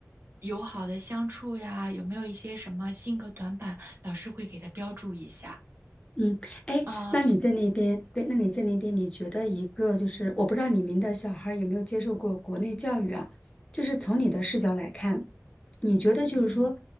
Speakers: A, on the right (about 45°); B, on the left (about 20°).
A: 友好的相处呀？有没有一些什么性格短板，老师会给他标注一下。
B: 嗯，哎，
A: 啊、
B: 那你在那边，对，那你在那边，你觉得一个就是，我不知道你们的小孩有没有接受过国内教育啊？就是从你的视角来看。你觉得就是说，